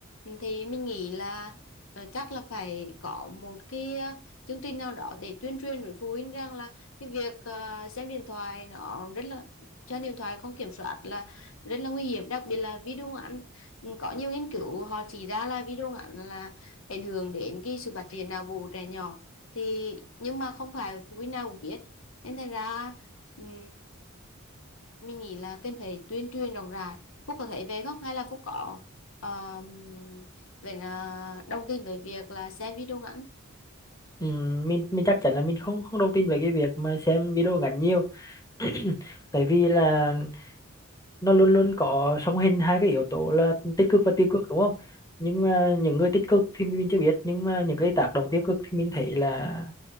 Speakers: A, on the left; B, on the left.
A: thì mình nghĩ là ờ, chắc là phải có một cái ờ, chương trình nào đó để tuyên truyền với phụ huynh rằng là cái việc ờ, xem điện thoại nó rất là trên điện thoại không kiểm soát là rất là nguy hiểm đặc biệt là video ngắn Ừ, có nhiều nghiên cứu họ chỉ ra là video ngắn là ảnh hưởng đến cái sự phát triển não bộ trẻ nhỏ thì nhưng mà không phải phụ huynh nào cũng biết nên thành ra ừm, mình nghĩ là cần phải tuyên truyền rộng rãi Phúc có thấy về không hay là Phúc có um, vậy là đồng tin với việc là xem video ngắn
B: Ừm, mình mình chắc chắn là mình không không đồng tin về cái việc mà xem video ngắn nhiều <clears throat> tại vì là nó luôn luôn có song hành hai cái yếu tố là tích cực và tiêu cực đúng không nhưng mà những người tích cực thì mình chưa biết nhưng mà những cái tác động tiêu cực thì mình thấy là